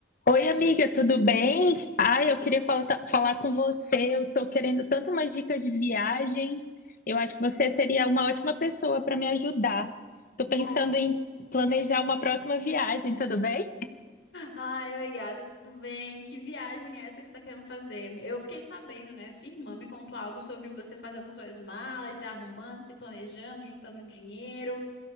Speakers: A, on the left; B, on the left.
A: Oi, amiga, tudo bem? Ai, eu queria fala- ta- falar com você. Eu tô querendo tanto umas dicas de viagem. Eu acho que você seria uma ótima pessoa para me ajudar. Tô pensando
B: Oi.
A: em planejar uma próxima viagem, tudo bem?
B: Ai, oi, gata, tudo bem? Que viagem é essa que você tá querendo fazer? Eu fiquei sabendo, né? Sua irmã me contou algo sobre você fazendo suas malas, se arrumando, se planejando, juntando dinheiro.